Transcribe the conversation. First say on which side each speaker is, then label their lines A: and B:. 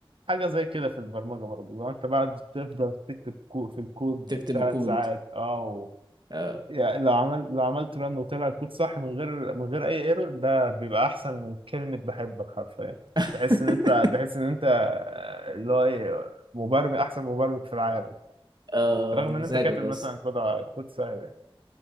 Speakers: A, on the right (about 65°); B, on the right (about 50°).
A: حاجه زي كده في البرمجه برضه لو انت بعد تفضل تكتب كو- في الكود
B: تكتب
A: ثلاث
B: الكود
A: ساعات اه
B: آه،
A: يعني لو عمل لو عملت رن وطلع الكود صح من غير من غير اي ايرور ده بيبقى احسن من كلمة بحبك حرفيا
B: <laughs>
A: تحس ان انت تحس ان انت آه، اللي هو ايه مبرمج احسن مبرمج في العالم
B: آه،
A: رغم
B: يا مزاجك
A: ان انت كاتب مثلا
B: يا اسطى
A: كود ع- كود سهل يعني